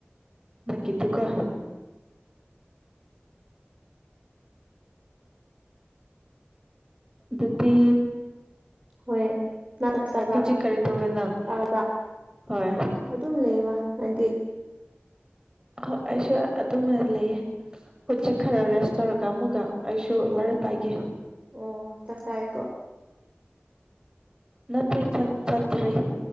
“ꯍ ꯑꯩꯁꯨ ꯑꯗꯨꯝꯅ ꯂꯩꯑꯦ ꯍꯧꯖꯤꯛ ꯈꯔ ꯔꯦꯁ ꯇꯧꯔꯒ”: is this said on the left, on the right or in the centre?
Right